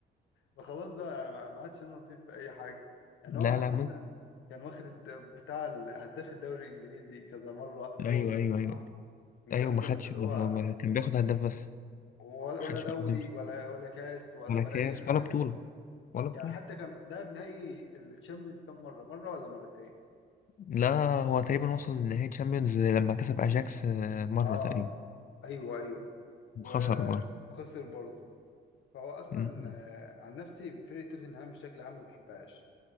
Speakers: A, on the left; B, on the left.
A: فخلاص بقى يعني ما ما عادش ليه نصيب في اي حاجه
B: <laughs>
A: يعني هو
B: لا لا
A: مثلا
B: ممكن
A: كان واخد الد- بتاع ال- هداف الدوري الانجليزي كذا مره هو
B: ايوه ايوه
A: وصلاح
B: ايوه
A: من
B: ايوه
A: كام سنة
B: ما خدش
A: في اللي
B: ما
A: هو
B: ما- كان بياخد هداف بس
A: ولا
B: ما
A: ولا
B: خدش
A: دوري
B: ولا دوري
A: ولا ولا كاس ولا
B: ولا
A: ولا
B: كاس
A: أي حاجة
B: ولا بطولة ولا بطولة
A: يعني حتى كان لعب نهائي الشامبيونز كام مرة مرة ولا مرتين
B: لا هو تقريبا وصل لنهائي تشامبيونز لما كسب اجاكس آه، مرة
A: اه
B: تقريبا
A: ايوه ايوه و...
B: وخسر برضه
A: وخسر برضه فهو اصلا
B: مم.
A: آه، عن نفسي فرقة توتنهام بشكل عام ما بحبهاش